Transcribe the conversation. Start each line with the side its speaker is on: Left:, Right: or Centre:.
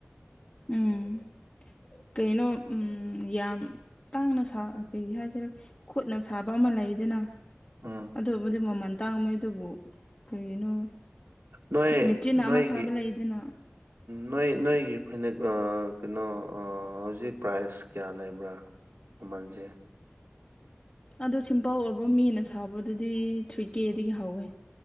Left: ꯎꯝ ꯀꯩꯅꯣ ꯎꯝ ꯌꯥꯝ ꯇꯥꯡꯅ ꯁꯥ ꯀꯩ ꯍꯥꯏꯁꯤꯔꯥ ꯈꯨꯠꯅ ꯁꯥꯕ ꯑꯃ ꯂꯩꯗꯅ
Right: ꯎꯝ
Left: ꯑꯗꯨꯕꯨꯗꯤ ꯃꯃꯜ ꯇꯥꯡꯕꯅꯦ ꯑꯗꯨꯕꯨ ꯀꯔꯤꯒꯤꯅꯣ
Right: ꯅꯣꯏ
Left: ꯃꯦꯆꯤꯟ ꯑꯃ
Right: ꯅꯣꯏꯒꯤ
Left: ꯁꯥꯕ ꯂꯩꯗꯅ
Right: ꯅꯣꯏ ꯅꯣꯏꯒꯤ ꯐꯅꯦꯛ ꯀꯩꯅꯣ ꯍꯧꯖꯤꯛ ꯄ꯭ꯔꯥꯏꯖ ꯀꯌꯥ ꯂꯩꯕ꯭ꯔꯥ ꯃꯃꯟꯁꯦ
Left: ꯑꯗꯣ ꯁꯤꯝꯄꯜ ꯑꯣꯏꯕ ꯃꯤꯅ ꯁꯥꯕꯗꯨꯗꯤ ꯊ꯭ꯔꯤ ꯀꯦꯗꯒꯤ ꯍꯧꯋꯦ